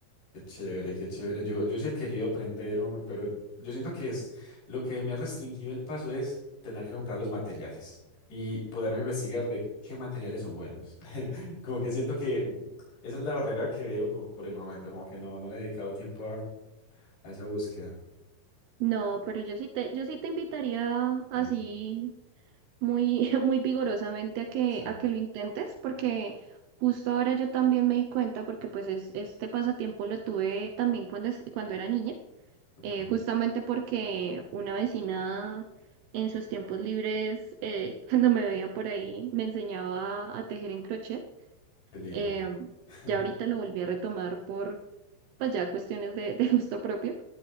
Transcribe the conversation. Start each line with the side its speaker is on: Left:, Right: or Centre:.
Left: Qué chévere, qué chévere. Yo, yo sí he querido aprender, hombre, pero yo siento que es lo que me ha restringido el paso es tener que comprar los materiales y poderme investigar de qué materiales son buenos. <laughs> Como que siento que esa es la barrera que veo po- por, el momento, como que no, no le he dedicado tiempo a, a esa búsqueda.
Right: No, pero yo sí te, yo sí te invitaría
Left: Sí,
Right: así muy, <laughs> muy vigorosamente a que,
Left: sí.
Right: a que lo intentes, porque justo ahora yo también me di cuenta, porque pues es, este pasatiempo lo tuve también cuando, es- cuando era niña,
Left: Ok,
Right: eh, justamente porque una vecina en sus tiempos libres, eh, <laughs> cuando me veía por ahí, me enseñaba a tejer en crochet.
Left: qué lindo.
Right: Em,
Left: <laughs>
Right: ya ahorita lo volví a retomar por, pues ya cuestiones de, de gusto propio